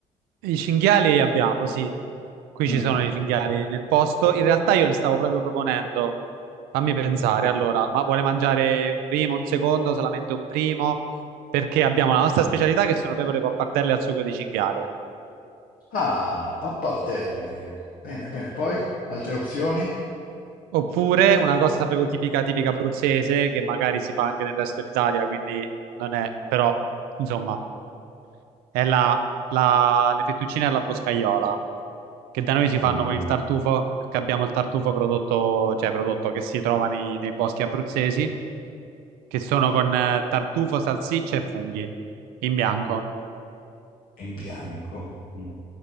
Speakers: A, on the right; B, on the left.
A: I cinghiali li abbiamo, sì. Qui
B: Mm.
A: ci sono i cinghiali nel posto. In realtà io le stavo proprio proponendo. Fammi pensare, allora, ma vuole mangiare un primo, un secondo, solamente un primo? Perché abbiamo la nostra specialità che sono pecore pappardelle al sugo di cinghiale.
B: Ah, pappardelle. Bene, bene, poi altre opzioni?
A: Oppure una cosa proprio tipica, tipica abruzzese, che magari si fa anche nel resto d'Italia, quindi non è, però, insomma, è la, la- le fettuccine alla boscaiola, che da noi si
B: Mm,
A: fanno con il tartufo, perché abbiamo il tartufo prodotto, cioè prodotto che si trova nei, nei boschi abruzzesi, che sono con eh, tartufo, salsiccia e funghi, in bianco.
B: In bianco. Mm.